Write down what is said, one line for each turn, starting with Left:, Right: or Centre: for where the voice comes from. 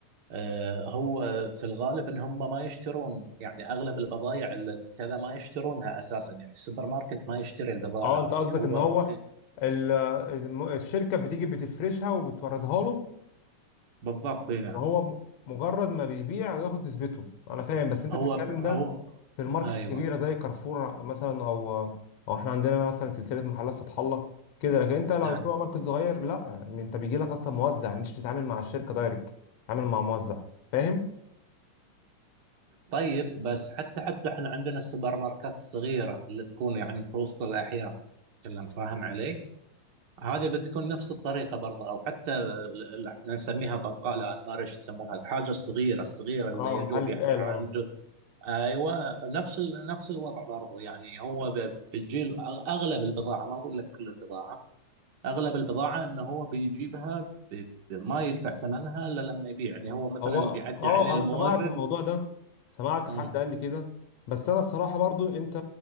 Right: آه، هو في الغالب ان هم ما يشترون يعني اغلب البضائع اللي كذا ما يشترونها اساسا يعني السوبر ماركت ما يشتري البضاعة
Left: اه انت
Right: هذه
Left: قصدك
Right: هو
Left: ان هو
Right: ب-
Left: ال- الم- الشركه بتيجي بتفرشها وبتوردها له
Right: بالضبط اي نعم
Left: وهو م- مجرد ما بيبيع وياخد نسبته انا فاهم بس انت
Right: هو
Left: بتتكلم
Right: هو
Left: ده في الماركت
Right: ايوه
Left: الكبيره زي كارفور مثلا او او احنا عندنا مثلا سلسله محلات فتح الله كده لكن انت لو
Right: نعم
Left: سوبر ماركت صغير لا إن انت بيجي لك اصلا موزع مش بتتعامل مع الشركه دايركت بتتعامل مع موزع فاهم
Right: طيب بس حتى حتى احنا عندنا السوبر ماركات الصغيره اللي تكون يعني في وسط الاحياء تتكلم فاهم علي؟ هذه بتكون نفس الطريقة برضه أو حتى ال- ال- احنا نسميها بقالة أنا ما أدري إيش يسمونها الحاجة الصغيرة الصغيرة اللي
Left: اه
Right: يدوب
Left: محل
Right: يعني
Left: بقال
Right: عنده
Left: اه
Right: أيوة نفس ال- نفس الوضع برضه يعني هو ب- بتجيل أغ- أغلب البضاعة ما أقول لك كل البضاعة أغلب البضاعة إنه هو بيجيبها ب- ب- ما يدفع ثمنها إلا لما يبيع يعني هو مثلا
Left: هو
Right: بيعدي
Left: اه
Right: عليه المورد
Left: انا سمعت الموضوع ده سمعت
Right: أمم،
Left: حد قال لي كده بس انا الصراحه برضو انت